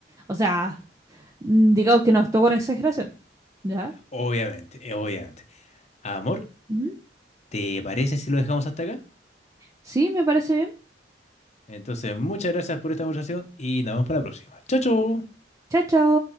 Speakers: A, on the right (about 20°); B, on the left (about 40°).
A: O sea, mm, digamos que no actuó con exageración. ¿Ya?
B: Obviamente, eh, obviamente. Amor,
A: Ujú.
B: ¿Te parece si lo dejamos hasta acá?
A: Sí, me parece bien.
B: Entonces, muchas gracias por esta conversación y nos vemos para la próxima. Chao, chao.
A: Chao, chao.